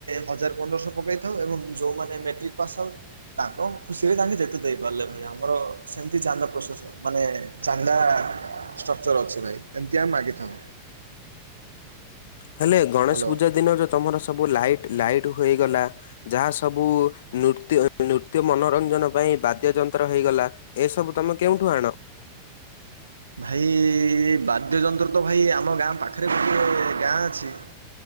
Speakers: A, on the right; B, on the left.
A: ହଜାର ପନ୍ଦରଶହ ପକାଇଥାଉ ଏବଂ ଯେଉଁମାନେ ମେଟ୍ରିକ୍ ପସଲ୍ ତାଙ୍କ ଖୁସିରେ ତାଙ୍କେ ଯେତେ ଦେଇପାରିଲେ ଭାଇ ଆମର ସେମିତି ଚାନ୍ଦା ପ୍ରୋସେସ୍ ମାନେ ଚାନ୍ଦା ଷ୍ଟ୍ରକ୍ଚର ଅଛି ଭାଇ ଏମିତି ଆମେ ମାଗିଥାଉ।
B: ହେଲେ
A: ହ୍ୟାଲୋ
B: ଗଣେଶ ପୂଜା ଦିନ ଯେଉଁ ତୁମର ସବୁ ଲାଇଟ୍ ଲାଇଟ୍ ହୋଇଗଲା। ଯାହା ସବୁ ନୃତ୍ୟ ନୃତ୍ୟ ମନୋରଞ୍ଜନ ପାଇଁ ବାଦ୍ୟ ଯନ୍ତ୍ର ହେଇଗଲା ଏସବୁ ତମେ କେଉଁଠୁ ଆଣ?
A: ଭାଇ ବାଦ୍ୟଯନ୍ତ୍ର ତ ଭାଇ ଆମ ଗାଁ ପାଖରେ ଗୋଟିଏ ଗାଁ ଅଛି